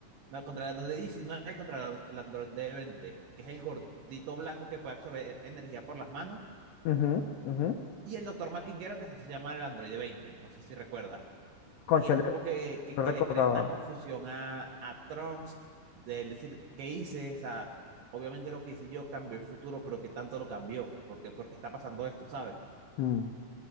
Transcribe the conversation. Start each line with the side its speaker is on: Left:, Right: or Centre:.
Right: no, contra el androide 19 y contra el androide 20 que es el gordito blanco que puede absorber e-, energía por las manos
Left: ujú, ujú.
Right: y el doctor Maquinguero que se hace llamar el androide 20, no sé si recuerda.
Left: Cónchale,
Right: Y es como que, que,
Left: no
Right: que
Left: recordaba.
Right: le crea esta confusión a, a Trunks de él decir, ¿qué hice? O sea, obviamente lo que hice yo cambió el futuro, pero ¿qué tanto lo cambió? Porque, porque está pasando esto, ¿sabes?
Left: Mm.